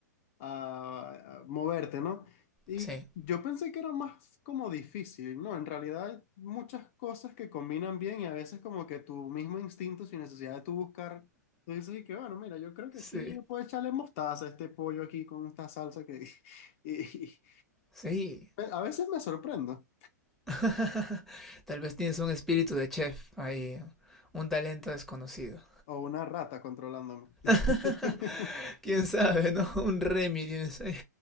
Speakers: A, on the left (about 45°); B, in the centre.
A: a, a moverte, ¿no? Y
B: Sí,
A: yo pensé que era más como difícil, ¿no? En realidad hay muchas cosas que combinan bien y a veces como que tu mismo instinto, sin necesidad de tú buscar, tú dices y que bueno, mira, yo creo que
B: sí,
A: aquí yo puedo echarle mostaza a este pollo aquí con esta salsa que... <laughs> y- y-
B: sí.
A: a veces me sorprendo,
B: <laughs> Tal vez tienes un espíritu de chef ahí, un talento desconocido.
A: o una rata controlándome. <laughs>
B: <laughs> ¿Quién sabe, no? Un Remy tienes ahí.